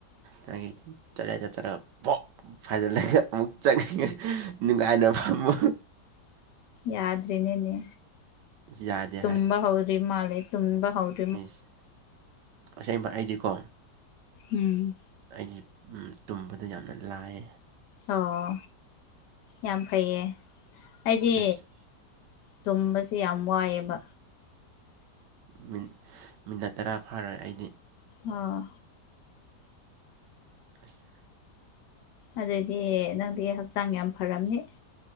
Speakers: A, on the right (about 85°); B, on the left (about 80°).
A: ꯅꯪꯒꯤ ꯇꫭꯏꯂꯦꯠꯇ ꯆꯠꯂꯒ ꯄꫭꯛ ꯐꯥꯏꯗꯠꯂꯒ ꯑꯃꯨꯛ ꯆꯪꯅꯤꯡꯉꯦ ꯅꯨꯡꯉꯥꯏꯅ ꯐꯝꯄꯨ
B: ꯌꯥꯗ꯭ꯔꯤ ꯅꯤꯅꯦ
A: ꯌꯥꯗꯦ
B: ꯇꯨꯝꯕ ꯍꯥꯎꯗ꯭ꯔꯤ ꯃꯥꯜꯂꯦ ꯇꯨꯝꯕ ꯍꯥꯎꯗꯔꯤ
A: ꯑꯦꯁ ꯑꯁꯦꯡꯕ ꯑꯩꯗꯤꯀꯣ
B: ꯎꯝ
A: ꯑꯩꯗꯤ ꯎꯝ ꯇꯨꯝꯕꯗ ꯌꯥꯝꯅ ꯂꯥꯏꯌꯦ
B: ꯑꯣ ꯌꯥꯝ ꯐꯩꯌꯦ ꯑꯩꯗꯤ
A: ꯑꯁ
B: ꯇꯨꯝꯕꯁꯦ ꯌꯥꯝ ꯋꯥꯏꯑꯦꯕ
A: ꯃꯤꯅꯤꯠ ꯃꯤꯅꯠ ꯇꯔꯥ ꯐꯥꯔꯣꯏ ꯑꯩꯗꯤ
B: ꯑꯥ
A: ꯑꯁ
B: ꯑꯗꯨꯗꯤ ꯅꯪꯗꯤ ꯍꯛꯆꯥꯡ ꯌꯥꯝ ꯐꯔꯝꯅꯤ